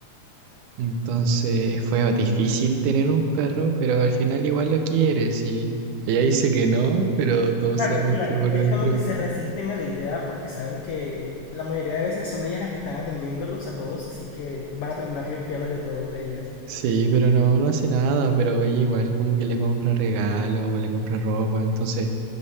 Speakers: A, on the right (about 85°); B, on the left (about 80°).
A: Entonces fue difícil tener un perro, pero al final igual lo quieres y ella dice que no, pero todos
B: Claro,
A: sabemos
B: claro.
A: que por
B: Es
A: dentro...
B: como que se resisten a la idea porque saben que la mayoría de veces son ellas las que están atendiéndolos a todos, así que van a terminar limpiándole todos ellas.
A: Sí, pero no, no hace nada, pero ella igual como que le compra regalos o le compra ropa, entonces